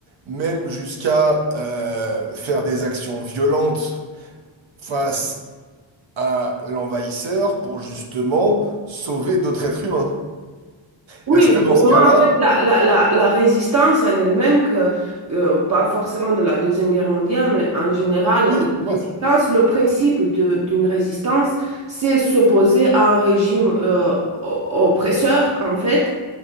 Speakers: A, on the right (about 70°); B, on the right (about 35°).
A: même jusqu'à euh, faire des actions violentes face à l'envahisseur pour justement sauver d'autres êtres humains.
B: Oui,
A: Est-ce
B: mais
A: que dans
B: pour
A: ce cas-là,
B: moi, en fait, la, la, la, la résistance en elle-même, que, euh, pas forcément de la Deuxième Guerre mondiale, mais en général,
A: oui,
B: la
A: c'est vrai.
B: résistance, le principe de, d'une résistance, c'est s'opposer à un régime euh, o- oppresseur, en fait,